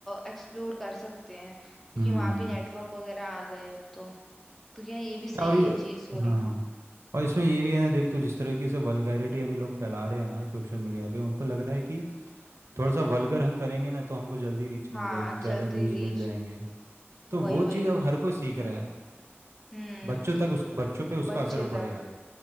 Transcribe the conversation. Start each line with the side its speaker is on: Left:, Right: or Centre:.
Centre: एक्सप्लोर कर सकते हैं क्योंकि
Right: हम्म
Centre: वहां भी नेटवर्क वगैरह आ गए अब तो तो क्या ये भी सही
Right: और ये
Centre: है चीज थोड़ी
Right: हाँ और इसमें ये भी है ना देख तू जिस तरह की सब वल्गैरिटी अभी लोग फैला रहे हैं ना सोशल मीडिया पे उनको लग रहा है कि थोड़ा सा वल्गर हम करेंगे ना तो हमको जल्दी रीच मिल
Centre: हाँ
Right: जाएगी ज़्यादा
Centre: जल्दी
Right: व्यूज़
Centre: रीच
Right: मिल जाएंगे तो
Centre: वही
Right: वो
Centre: वही
Right: चीज़ अब हर कोई सीख रहा है
Centre: हम्म
Right: बच्चों तक उस बच्चों
Centre: उ-
Right: पे उसका
Centre: बच्चे
Right: असर पड़ेगा
Centre: तक